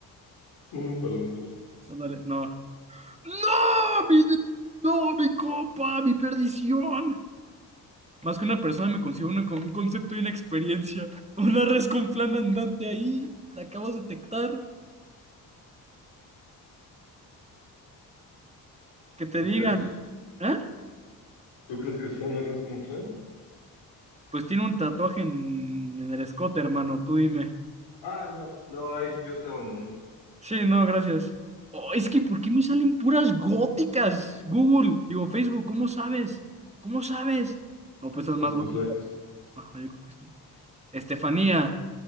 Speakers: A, on the left (about 80°); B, on the right (about 15°).
A: un umpalumpa.
B: Ándale, no. ¡No! Mi, no, mi copa, mi perdición. Más que una persona me consigo una con- un concepto y una experiencia. Una res con flan andante ahí, la acabas de detectar. Que te
A: ¿Tú
B: digan,
A: crees?
B: ¿eh?
A: ¿Tú crees que sea un arroz con flan?
B: Pues tiene un tatuaje en, en el escote, hermano, tú dime.
A: Ah, no. No, ay, Dios te abandonó ahí.
B: Sí, no, gracias. Oh, es que, ¿por qué me salen puras góticas? Google, digo, Facebook, ¿cómo sabes? ¿Cómo sabes? No, pues es
A: Por
B: más
A: tus
B: gótica.
A: likes.
B: Ajá, yo creo que sí. Estefanía,